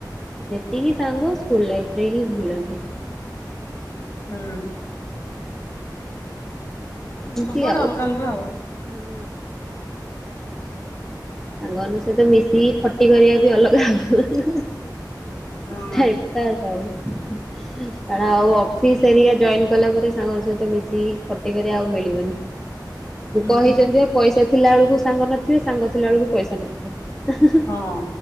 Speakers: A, in the centre; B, on the left (about 40°).
A: ଯେତିକି ସାଙ୍ଗ ସ୍କୁଲ ଲାଇଫରେ ହିଁ ମିଳନ୍ତି।
B: ହୁଁ।
A: ଯିବି
B: ସବୁଆଡେ
A: ଆଉ
B: ଅଲଗା
A: ହୁଁ।
B: ଅଲଗା ଆଉ।
A: ସାଙ୍ଗମାନଙ୍କ ସହିତ ମିଶିକି ଖଟି କରିବା ବି ଅଲଗା ହବ। <unintelligible>
B: ହଁ
A: ଟାଇମ ପାସ ଆଉ। କାରଣ ଆଉ ଅଫିସ ଏରିକା ଜଏନ କଲା ପରେ ସାଙ୍ଗ ସହିତ ମିଶିକି ଖଟିିକରିବ ଆଉ ମିଳିବନି।
B: <inaudible> ହୁଁ
A: କହିଛନ୍ତି ପା ପଇସା ଥିଲା ବେଳକୁ ସାଙ୍ଗ ନଥିବେ ସାଙ୍ଗ ଥିଲା ବେଳକୁ ପଇସା ନଥିବ।
B: ହଁ।